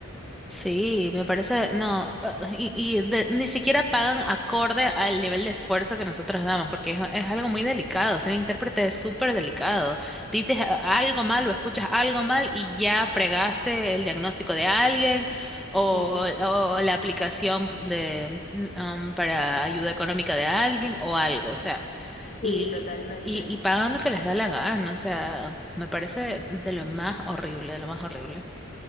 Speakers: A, in the centre; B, on the left (about 40°).
A: Sí, me parece, no, eh, y, y de- ni siquiera pagan acorde al nivel de esfuerzo que nosotros damos, porque es, es algo muy delicado, ser intérprete es súper delicado. Dices a- algo mal o escuchas algo mal y ya fregaste el diagnóstico de alguien
B: Sí,
A: o, o la aplicación p- de, mm, um, para ayuda económica de alguien o algo, o sea,
B: sí,
A: y,
B: totalmente.
A: y, y pagan lo que les da la gana, o sea, me parece de lo más horrible, de lo más horrible.